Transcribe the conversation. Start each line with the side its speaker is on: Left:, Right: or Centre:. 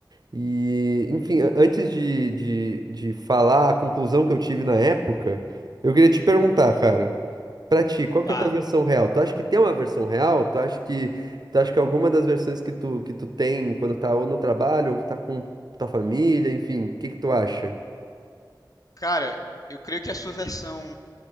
Right: E, enfim, a- antes de, de, de falar a conclusão que eu tive na época, eu queria te perguntar, cara, pra ti, qual
Left: Tá.
Right: que é a tua versão real? Tu acha que tem uma versão real? Tu acha que, tu acha que alguma das versões que tu, que tu tem quando tá ou no trabalho, ou tá com tua família, enfim, o que que tu acha?
Left: Cara, eu creio que a sua versão.